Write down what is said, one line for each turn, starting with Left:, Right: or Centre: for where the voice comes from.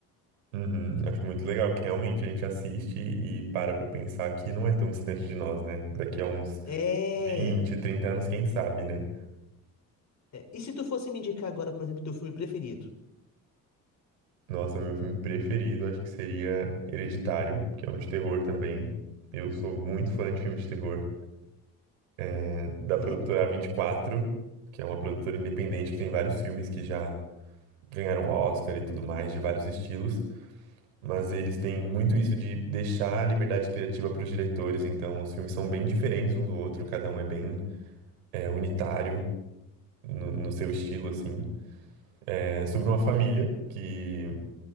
Right: Uhum, acho muito legal que realmente a gente assiste e para pra pensar que não é tão distante de nós, né? Daqui a uns
Left: É.
Right: 20, 30 anos, quem sabe, né?
Left: É, E se tu fosse me indicar agora, por exemplo, teu filme preferido?
Right: Nossa, meu filme preferido acho que seria Hereditário, que é um de terror também. Eu sou muito fã de filmes de terror, né, da
Left: Irei
Right: produtora a vinte e Quatro, que é uma produtora independente que tem vários filmes que já ganharam Oscar e tudo mais, de vários estilos. Mas eles têm muito isso de deixar a liberdade criativa para os diretores, então os filmes são bem diferentes um do outro, cada um é bem é, unitário no, no seu estilo, assim. É sobre uma família que